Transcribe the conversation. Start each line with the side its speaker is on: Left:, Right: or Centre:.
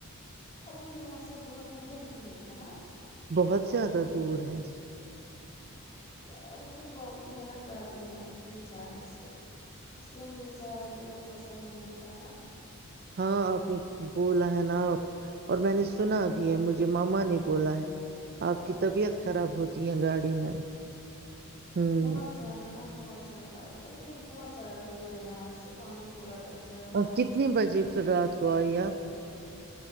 Left: اور بھی یہاں سے بہت دور بھی ہے ہے نا <unintelligible>
Right: بہت زیادہ دور ہے
Left: ہاں کیا مجھے پرابلم ہے نا گاڑی میں کہیں جانے سے اس لیے مجھے زیادہ دور پسند نہیں ہوتا ہے نا
Right: ہاں آپ نے بولا ہے نا آپ اور میں نے سنا بھی ہے مجھے ماما نے بولا ہے آپ کی طبیعت خراب ہوتی ہے گاڑی میں ہوں
Left: بہت زیادہ نا بہت زیادہ اور یہ بہت زیادہ دور ہے یہاں سے بانڈی پورہ تک جانا
Right: اور کتنی بجے پھر رات کو آئیے آپا <inaudible>